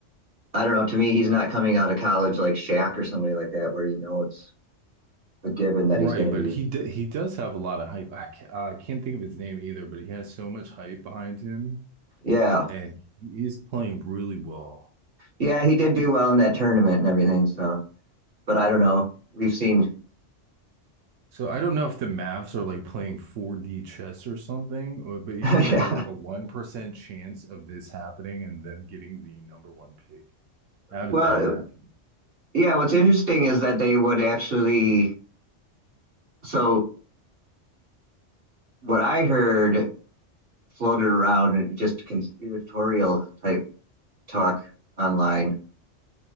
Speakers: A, on the right (about 50°); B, on the right (about 90°).
A: I don't know. To me, he's not coming out of college like Shaq or somebody like that, where you know it's a given that
B: Right,
A: he's gonna
B: but
A: be.
B: he d he does have a lot of hype. I can't, I can't think of his name either, but he has so much hype behind him
A: Yeah,
B: and he is playing really well.
A: yeah, he did do well in that tournament and everything. So, but I don't know. We've seen.
B: So I don't know if the Mavs are like playing 4D chess or something, or, but you
A: <laughs>
B: said they
A: yeah.
B: had like a 1% chance of this happening and them getting the number one pick. How did
A: Well,
B: that happen?
A: yeah, what's interesting is that they would actually, so what I heard floated around just conspiratorial type talk online,